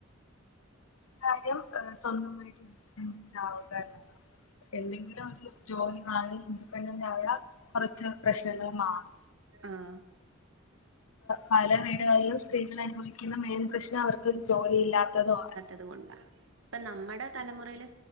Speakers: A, on the left; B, on the right.
A: കാര്യം സ്വന്തമായിട്ട് ഇൻഡിെ <unintelligible> ൻഡറ് ആവുക എന്നതാണ് <unintelligible> എന്തെങ്കിലും ഒരു ജോലി മാറി ഇൻഡിപെൻഡന്റ് ആയാ കൊറച്ച് പ്രശ്നങ്ങൾള് മാറും.
B: ആഹ്
A: പല വീടുകളിലും സ്ത്രീകള് അനുഭവിക്കുന്ന മെയിൻ പ്രശ്നം അവർക്ക് ഒരു ജോലിയില്ലാത്തതുമാണ്.
B: അതുകൊണ്ടാ ഇപ്പ നമ്മുടെ തലമുറയിലെ